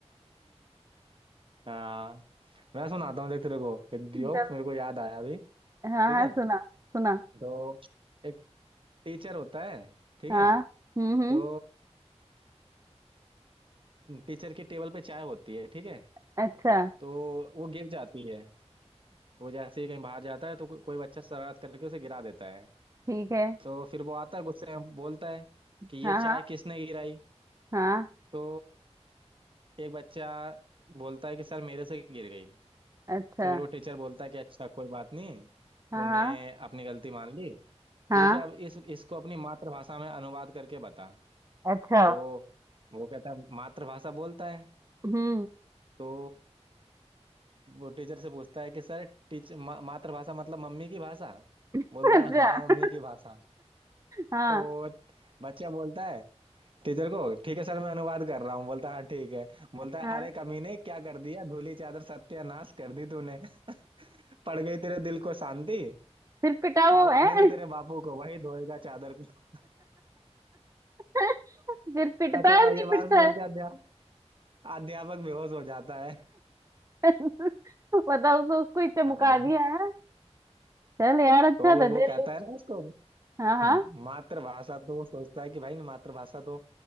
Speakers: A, on the right; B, on the right.
A: हाँ मैं सुनाता हूँ देख तेरे को एक
B: <laughs>
A: जोक
B: चलो
A: मेरे को याद आया अभी ठीक
B: हाँ हाँ
A: है
B: सुना सुना
A: तो एक टीचर होता है ठीक
B: हाँ
A: है
B: हम्म हम्म
A: तो टीचर की टेबल पे चाय होती है ठीक है
B: अच्छा
A: तो वो गिर जाती है वो जैसे ही कहीं बाहर जाता है तो को, कोई बच्चा शरारत करके उसे गिरा देता है
B: ठीक है
A: तो फिर वो आता है गुस्से में बोलता है कि ये
B: हाँ
A: चाय
B: हाँ
A: किसने गिराई
B: हाँ
A: तो एक बच्चा बोलता है कि सर मेरे से गिर गई
B: अच्छा
A: तो फिर वो टीचर बोलता है कि अच्छा कोई बात नहीं
B: हाँ
A: तूने
B: हाँ
A: अपनी गलती मान ली
B: हाँ
A: ठीक है अब इस इसको अपनी मातृभाषा में अनुवाद करके बता
B: अच्छा
A: तो वो कहता है मातृभाषा बोलता है
B: हम्म
A: तो वो टीचर से पूछता है कि सर टीचर मातृभाषा मतलब मम्मी की भाषा
B: <laughs>
A: बोलता
B: अच्छा
A: है हाँ मम्मी की भाषा
B: हाँ
A: तो बच्चा बोलता है टीचर को ठीक है सर मैं अनुवाद कर रहा हूँ बोलता है हाँ ठीक है बोलता
B: हाँ
A: है अरे कमीने क्या कर दिया धूली चादर सत्यानाश कर दी तूने पड़ गई तेरे दिल को शांति
B: फिर पिटा वो
A: अब आने
B: है
A: दे तेरे बापू को वही धोएगा चादर को
B: <laughs> फिर पिटता
A: <laughs> ऐसा
B: है नहीं
A: ये
B: पिटता
A: बात सुन
B: है
A: के अध्या, अध्यापक बेहोश हो जाता है
B: <laughs> बताओ तो उसको ही चमका
A: हाँ
B: दिया है चल यार अच्छा
A: तो
B: था दे
A: वो कहता
B: रहे
A: है ना उसको
B: हाँ हाँ
A: "हम्म, मातृभाषा तो वो सोचता है कि भाई मातृभाषा तो